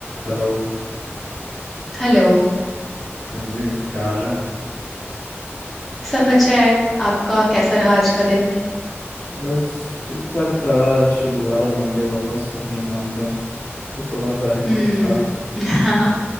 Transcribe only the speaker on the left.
हेलो
हाँ जी क्या हाल है
बस ठीक ठाक था आज दोबारा मंडे वापस अपने काम पे तो थोड़ा सा हेक्टिक
था